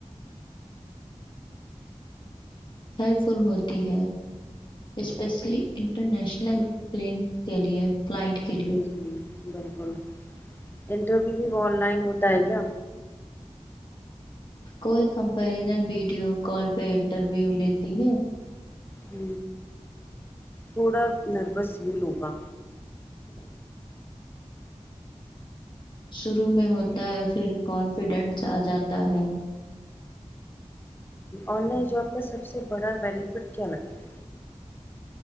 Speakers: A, on the left; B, on the left.
A: ہیلپ فل ہوتی ہے اسپیشلی انٹرنیشنل کلینٹ کے لیے کلائنٹ کے لیے
B: جی جی بالکل انٹرویو بھی آن لائن ہوتا ہے کیا
A: کوئی کمپریزن ویڈیو کال پہ انٹرویو لیتی ہے
B: ہ تھوڑا نروس ویل ہوگا
A: <inaudible> شروع میں ہوتا ہے پھر کانفیڈنس آ جاتا ہے
B: آن لائن جاب کا سب سے بڑا بینیفٹ کیا لگتا ہے